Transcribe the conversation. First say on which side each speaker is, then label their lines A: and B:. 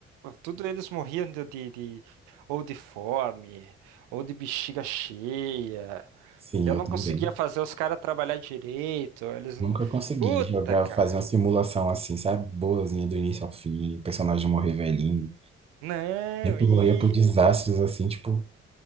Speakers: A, on the right; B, on the right.
A: Tudo eles morriam de, de, de- ou de fome, ou de bexiga cheia.
B: Sim,
A: Eu
B: eu
A: não
B: também.
A: conseguia fazer os caras trabalhar direito. Eles.
B: Nunca
A: não-
B: consegui
A: Puta,
B: jogar,
A: cara.
B: fazer uma simulação assim, sabe? Boazinha do início ao fim, personagem morrer velhinho.
A: Não,
B: Sempre
A: e
B: morria por desastres assim, tipo,